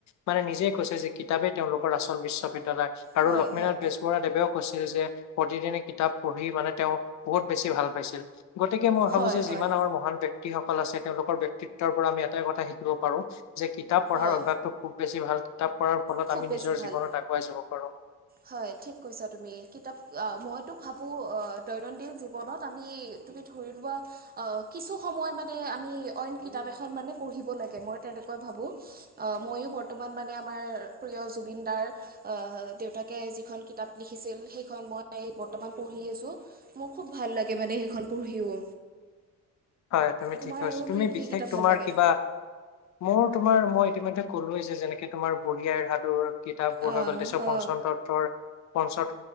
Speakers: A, on the left (about 65°); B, on the right (about 30°).
A: মানে নিজে কৈছে যে কিতাপেই তেওঁলোকৰ আচল বিশ্ববিদ্যালয় আৰু
B: হয়
A: লক্ষ্মীনাথ
B: হয়
A: বেজবৰুৱা দেৱেও কৈছিলে যে প্ৰতিদিনে কিতাপ পঢ়ি মানে তেওঁ বহুত বেছি ভাল পাইছিল গতিকে মই ভাবো
B: হয়
A: যে
B: হয় হয়,
A: যিমান আমাৰ মহান ব্যক্তিসকলৰ আছে তেওঁলোকৰ ব্যক্তিত্বৰ পৰা আমি এটাই কথা শিকিব পাৰো যে কিতাপ পঢ়াৰ
B: অঁ
A: অভ্যাসটো খুব বেছি ভাল কিতাপ পঢ়াৰ ফলত
B: খুব
A: আমি
B: বেছি
A: নিজৰ
B: ভাল
A: জীৱনত আগুৱাই যাব পাৰো
B: হয় ঠিক কৈছা তুমি কিতাপ মইতো ভাবো দৈনন্দিন জীৱনত আমি তুমি ধৰি লোৱা আহ কিছু সময় মানে আমি অইন কিতাপ এখন মানে পঢ়িব লাগে মই তেনেকৈ ভাবো আহ মইয়ো বৰ্তমান মানে আমাৰ প্ৰিয় জুবিন দাৰ আহ দেউতাকে যিখন কিতাপ লিখিছিল সেইখন মই বৰ্তমান পঢ়ি আছো মোৰ খুব ভাল লাগে মানে সেইখন পঢ়িও
A: হয় তুমি
B: তোমাৰ
A: ঠিকেছ
B: আৰু
A: তুমি
B: কি কি
A: বিশেষ
B: কিতাপ
A: তোমাৰ
B: ভাল লাগে
A: কিবা মোৰ তোমাৰ মই ইতিমধ্যে কলোৱেই যেনেকে তোমাৰ বুঢ়ীআইৰ সাধুৰ কিতাপবোৰ
B: অ
A: হৈ গ'ল তেৰ
B: অ
A: পঞ্চন ততৰ পঞ্চ